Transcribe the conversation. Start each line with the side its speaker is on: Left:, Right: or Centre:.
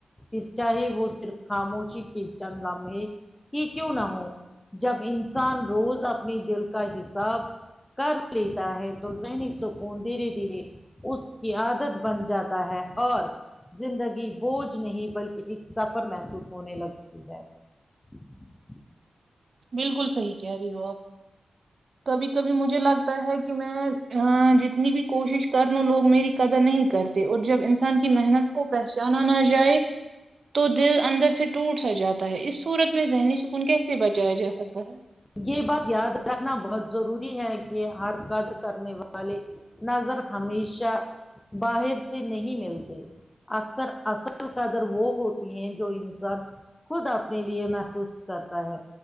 Left: کرچا ہی وہ صرف خاموشی ک چند لمے کہ کیوں نہ ہو جب انسان روز اپنے دل کا حساب کر لیتا ہے تو ذہنی سکون دھیرے دھیرے اس کی عادت بن جاتا ہے اور زندگی بوجھ نہیں بلکہ ایک سفر محسوس ہونے لگا <unintelligible>
Right: بالکل صحیح کہہ رہی ہو آپ کبھی کبھی مجھے لگتا ہے کہ میں ہا جتنی بھی کوشش کر نہ لوں میری قدر نہیں کرتے اور جب انسان کی محنت کو پہچانا نہ جائے تو دل اندر سے ٹوٹ سا جاتا ہے اس صورت میں ذہنی سکون کیسے بچایا جا سکتا ہے
Left: یہ بات یاد رکھنا بہت ضروری ہے کہ ہر قدر کرنے والے نظر ہمیشہ باہر سے نہیں ملتے اکثر اصل قدر وہ ہوتی ہیں جو انسان خود اپنے لیے محسوس کرتا ہے